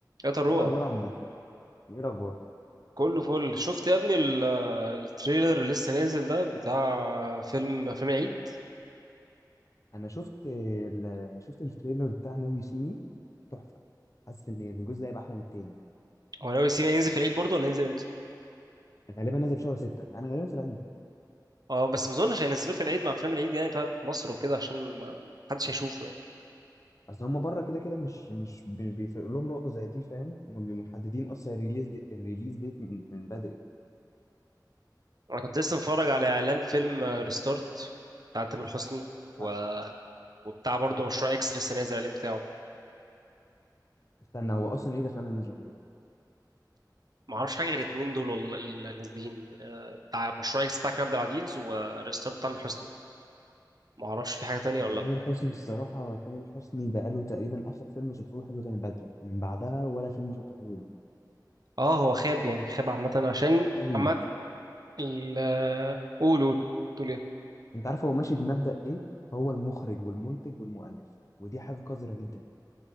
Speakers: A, on the right (about 60°); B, on the left (about 45°).
A: يا تروى
B: ايه الاخبار يا عمور ايه الاخبار
A: كله فل شفت يا ابني ال- التريلر اللي لسه نازل ده بتاع فيلم افلام العيد
B: انا شفت ال... شفت التريلر بتاع ناو يو سي مي تحفه حاسس ان الجزء ده هيبقى احلى من التاني
A: هو ناوي يسيب ينزل في العيد برضه ولا ينزل امتى
B: غالبا نازل في شهر 6 يعني غالبا في العيد
A: اه بس ما اظنش هينزلوه في العيد مع افلام العيد يعني بتاعت مصر وكده عشان ما حدش هيشوفه يعني
B: اصل هم بره كده كده مش مش بي- بيفرق لهم نقطه زي دي فاهم هم بيبقوا محددين اصلا الريليز دي... الريليز ديت من من بدري
A: انا كنت لسه متفرج على اعلان فيلم ريستارت بتاع تامر حسني و...
B: تع-
A: وبتاع برضه مشروع اكس لسه نازل الاعلان بتاعه
B: استنى هو اصلا ايه الافلام اللي نازله في العيد
A: ما اعرفش حاجه غير الاتنين دول والله اللي نازلين آه، بتاع مشروع اكس بتاع كريم عبد العزيز وريستارت بتاع تامر حسني ما اعرفش في حاجه تانية
B: انا
A: ولا لا
B: تامر حسني الصراحه تامر حسني بقاله تقريبا اخر فيلم شفته له حلو كان البدله من بعدها ولا فيلم شفته حلوين
A: اه هو خاب يعني خاب عامه عشان
B: قوي
A: عامة ال قول قول تقول ايه
B: انت عارف هو ماشي بمبدأ ايه هو المخرج والمنتج والمؤلف ودي حاجة قذرة جدا